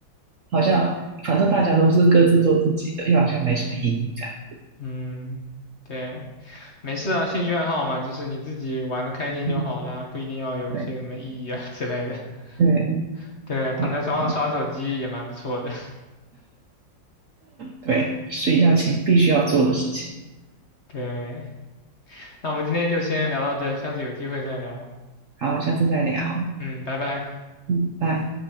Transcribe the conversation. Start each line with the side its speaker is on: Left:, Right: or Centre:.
Right: 好像反正大家都是各自做自己的，又好像没什么意义这样。
Left: 嗯，对，没事啊，兴趣爱好嘛，就是你自己玩的开心就好啦，
Right: 嗯，
Left: 不一定要有一些什么意义啊之类的。
Right: 对对，
Left: <laughs> 对啊，躺在床上刷手机也蛮不错的。
Right: 也是对，睡觉前必须要做的事情。
Left: <laughs> 对，那我们今天就先聊到这，下次有机会再聊。
Right: 好，下次再聊，
Left: 嗯，拜拜。
Right: 嗯，拜。